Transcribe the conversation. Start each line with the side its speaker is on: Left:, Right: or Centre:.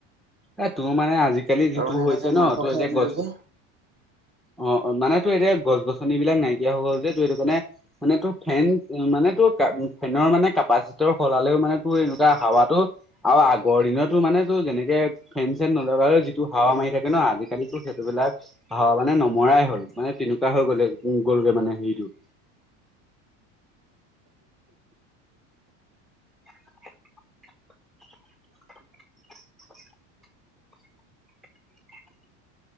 Centre: এ তোৰ মানে আজিকালি
Right: আৰু
Centre: যিটো
Right: মানে
Centre: হৈছে
Right: তাতে মাংস
Centre: ন তই
Right: খাই
Centre: এতিয়া
Right: দিলো
Centre: গছ
Right: যে
Centre: গছ অ', অ', মানে তোৰ এতিয়া গছ গছনিবিলাক নাইকিয়া হ'ল যে তোৰ এইটো কাৰণে মানে তোৰ ফেন মানে তোৰ ফেনৰ মানে কেপাচিটৰ সলালেও মানে তোৰ এনেকুৱা হাৱাটো আৰু আগৰ দিনতো মানে তোৰ যেনেকে ফেন চেন নলগালেও যিটো হাৱা মাৰি থাকে ন আজিকালিতো সেইটোবিলাক হাৱা মানে নমৰাই হ'ল মানে তেনেকুৱা হৈ গ'লে গ'লগে মানে হেৰিটো। <inaudible> <inaudible>